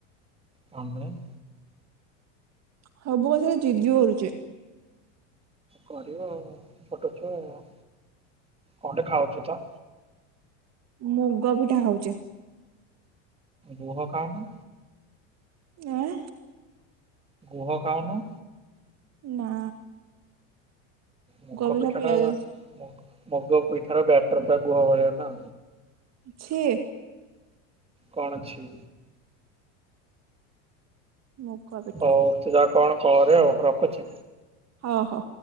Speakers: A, on the right; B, on the right.
A: କଣ ପାଇଁ।
B: ସବୁ କଥାରେ ଜିଦି କରୁଚି।
A: କରିବ ଆଉ ଛୋଟ ଛୁଆ ଆଉ କଣ ଗୋଟେ ଖାଉଚୁ ତ।
B: ମୁଗ ପିଠା ଖାଉଛି।
A: ଗୁହ ଖାଉନୁ।
B: ଏଁନ।
A: ଗୁହ ଖାଉନୁ।
B: ନା।
A: ମୁଗ
B: ପିଠା
A: ପିଠାଟା।
B: ପିଆଜ
A: ମୁଗ ପିଠା ର ବ୍ୟାଟର ଟା ଗୁହ ଭଳିଆ ନା।
B: ଛି।
A: କଣ ଛି।
B: ମୁଗ ପିଠା।
A: ହଉ ତୁ ଯା କଣ କରେ ଆଉ ରଖୁଛି।
B: ହଉ ହଉ।